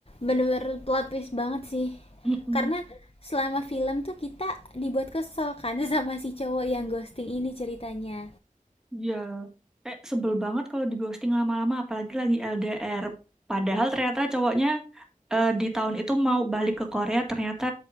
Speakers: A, on the left; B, in the centre.
A: bener-bener plot twist banget sih.
B: Mm-mm.
A: Karena selama film tuh kita dibuat kesel kan <laughs> sama si cowok yang ghosting ini ceritanya.
B: Iya, kayak sebel banget kalau di ghosting lama-lama, apalagi lagi LDR. Padahal ternyata cowoknya eh, di tahun itu mau balik ke Korea, ternyata